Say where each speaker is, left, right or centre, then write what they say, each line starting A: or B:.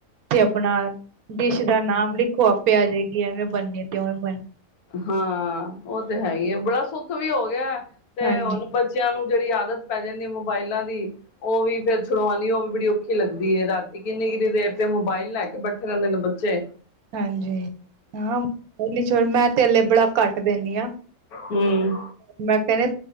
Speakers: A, on the right (about 80°); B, on the left (about 85°).
A: ਤੇ ਆਪਣਾ ਦੇਸ਼ ਦਾ ਨਾਮ ਲਿਖੋ ਆਪੇ ਆ ਜਾਏਗੀ ਐਵੇਂ ਬਣਨੀ ਤੇ ਉਵੇ
B: ਹਾਂ ਉਹ ਤੇ ਹੈ ਹੀ ਹੈ ਬੜਾ ਸੁੱਖ ਵੀ ਹੋ ਗਿਆ ਤੇ
A: ਹਾਂਜੀ
B: ਹੁਣ ਬੱਚਿਆਂ ਨੂੰ ਜਿਹੜੀ ਆਦਤ ਪੈ ਜਾਂਦੀ ਹੈ ਮੋਬਾਇਲਾਂ ਦੀ ਉਹ ਵੀ ਫਿਰ ਛੜਾਣੀ ਉਹ ਵੀ ਬੜੀ ਔਖੀ ਲੱਗਦੀ ਹੈ ਰਾਤ ਤੇ ਕਿੰਨੀ ਕਿੰਨੀ ਦੇਰ ਤੇ ਮੋਬਾਈਲ ਲੈ ਕੇ ਬੈਠੇ ਰਹਿੰਦੇ ਨੇ ਬੱਚੇ
A: ਹਾਂਜੀ ਹਾਂ ਨ ਮੈਂ ਤੇਲੇ ਬੜਾ ਕੱਟ ਦਿੰਦੀ ਆ
B: ਹਮ
A: ਮੈਂ ਕਹਿੰਦੀ